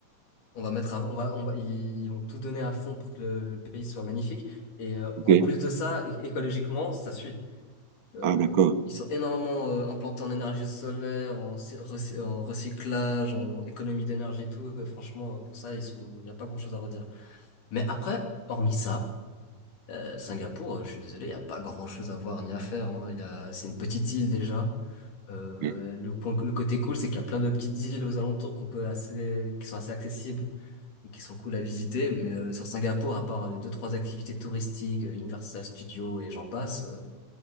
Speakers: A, on the left; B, on the right.
A: on va mettre, à- on va, on va, ils, ils vont tout donner à fond pour que le, le pays soit magnifique. Et euh,
B: Ok.
A: qu'en plus de ça, é- écologiquement, ça suit. Euh,
B: Ah, d'accord.
A: ils sont énormément euh, implantés en énergie solaire, en, cy- recy- en recyclage, en économie d'énergie et tout. Euh, franchement, euh, pour ça, ils sont, il n'y a pas grand-chose à redire. Mais après, hormis ça, euh, Singapour, euh, je suis désolé, il n'y a pas grand-chose à voir ni à faire. Hein. Il y a, c'est une petite île déjà. Euh,
B: Ok.
A: le point, le côté cool, c'est qu'il y a plein de petites îles aux alentours qu'on peut assez, qui sont assez accessibles et qui sont cool à visiter. Mais euh, sur Singapour, à part les deux, trois activités touristiques, euh, Universal Studios et j'en passe. euh,